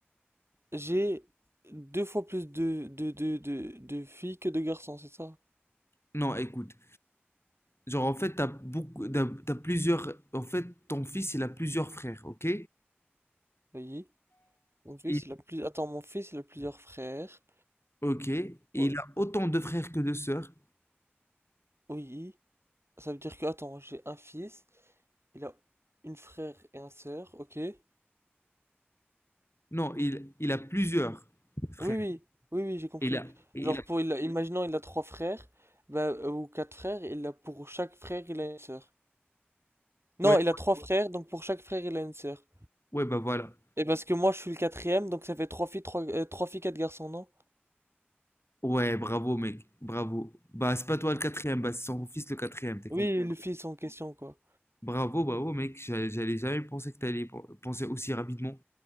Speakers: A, on the right; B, on the left.
A: j'ai deux fois plus de de de de, de filles que de garçons, c'est ça?
B: Non, écoute. Genre, en fait, t'as beaucoup, t'as, t'as plusieurs. En fait, ton fils, il a plusieurs frères, ok?
A: Oui. Mon fils,
B: Il-
A: il a plus... Attends, mon fils, il a plusieurs frères.
B: ok. Et il
A: Oh,
B: a autant de frères que de sœurs.
A: Oui. Ça veut dire que, attends, j'ai un fils, il a une frère et un sœur, ok? Oui,
B: Non, il, il a plusieurs frères.
A: oui, oui, oui, j'ai compris.
B: Et Il a, et
A: Genre,
B: il a.
A: pour, il a- imaginons, il a trois frères, bah, euh, ou quatre frères, il a, pour chaque frère, il a une sœur. Non,
B: Ouais,
A: il a trois frères, donc pour chaque frère, il a une sœur.
B: ouais, bah voilà.
A: Et parce que moi, je suis le quatrième, donc ça fait trois filles, trois, euh, trois filles, quatre garçons, non?
B: Ouais, bravo, mec. Bravo. Bah, c'est pas toi le quatrième, bah, c'est son fils le quatrième, technique.
A: Oui, le fils en question, quoi.
B: Bravo, bravo, mec. J'a- J'allais jamais penser que t'allais pen- penser aussi rapidement.